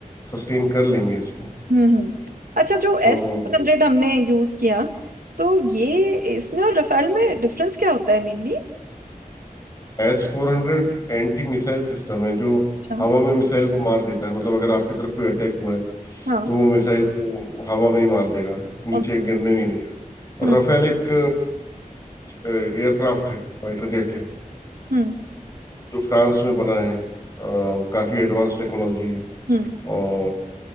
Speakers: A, on the left; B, on the right.
A: सस्टेन कर लेंगे इसको
B: हम्म हम्म अच्छा जो
A: तो
B: एस हंड्रेड हमने यूज किया तो ये इसमें और रफेल में डिफरेंस क्या होता है मेनली
A: एस फोर हंड्रेड एंटी मिसाइल सिस्टम है जो
B: अच्छा
A: हवा में मिसाइल को मार देता है मतलब अगर आपकी तरफ कोई अटैक हुआ है
B: हाँ
A: तो वो मिसाइल को हवा में ही मार देगा नीचे
B: ओ-
A: गिरने नहीं और
B: हम्म
A: राफेल एक एयरक्राफ्ट है फाइटर जेट है
B: हम्म
A: जो फ्रांस में बना है अ, काफी एडवांस टेक्नोलॉजी है
B: हम्म
A: और